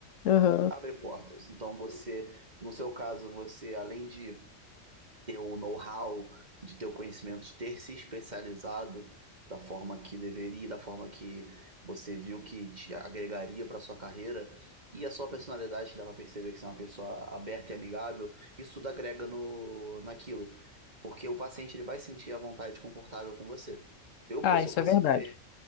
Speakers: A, on the left; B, on the right.
A: Uhum.
B: abre portas. Então você, no seu caso, você além de ter o know-how, de ter o conhecimento, de ter se especializado da forma que deveria, da forma que você viu que te agregaria para sua carreira e a sua personalidade te dá para perceber que você é uma pessoa aberta e amigável, isso tudo agrega no naquilo, porque o paciente ele vai sentir a vontade confortável com você. Eu,
A: Ah,
B: pô, se
A: isso
B: eu fosse
A: é verdade.
B: eh,